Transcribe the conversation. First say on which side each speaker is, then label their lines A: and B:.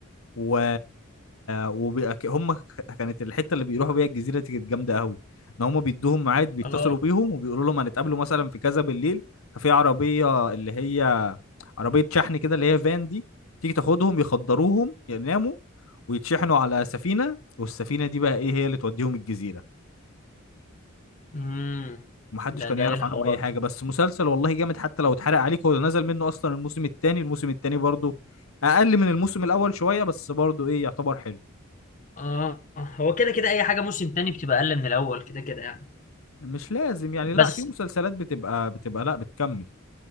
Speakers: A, on the left; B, on the left.
A: و وبيبقى ك- هم ك- كانت الحته اللي بيروحوا بيها الجزيره دي كانت جامده قوي ان هم بيدوهم ميعاد بيتصلوا
B: اه
A: بيهم وبيقولوا لهم هنتقابلوا مثلا في كذا بالليل ففي عربيه اللي هي عربية شحن كده اللي هي فان دي تيجي تاخدهم يخدروهم يناموا ويتشحنوا على سفينة والسفينة دي بقى ايه هي اللي توديهم الجزيرة
B: امم
A: محدش
B: ده
A: كان
B: ده
A: يعرف
B: ايه الحوارات
A: عنهم اي حاجة
B: دي
A: بس مسلسل والله جامد حتى لو اتحرق عليك هو نزل منه اصلا الموسم التاني الموسم التاني برضو اقل من الموسم الاول شوية بس برضو ايه يعتبر حلو
B: اه هو كده كده اي حاجة موسم تاني بتبقى اقل من الاول كده كده يعني
A: مش لازم يعني لا
B: بس
A: في مسلسلات بتبقى بتبقى لا بتكمل